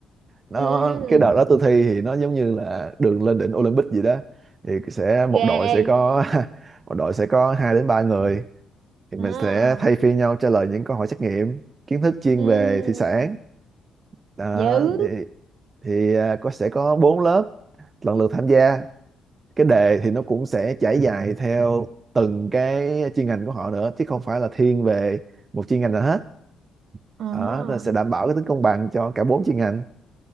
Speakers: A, on the right (about 35°); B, on the right (about 70°).
A: Nó
B: Ừ.
A: cái đợt đó tôi thi thì nó giống như là đường lên đỉnh Olympic gì đó. Thì sẽ một
B: Ghê.
A: đội sẽ có <laughs> một đội sẽ có hai đến ba người thì
B: À.
A: mình sẽ thay phiên nhau trả lời những câu hỏi trắc nghiệm kiến thức chuyên
B: Ừ.
A: về thủy sản. Đó
B: Dữ.
A: thì thì à, có sẽ có bốn lớp lần lượt tham gia. Cái đề thì nó cũng sẽ trải dài theo từng cái chuyên ngành của họ nữa chứ không phải là thiên về một chuyên ngành nào hết
B: À.
A: đó nó sẽ đảm bảo cái tính công bằng cho cả bốn chuyên ngành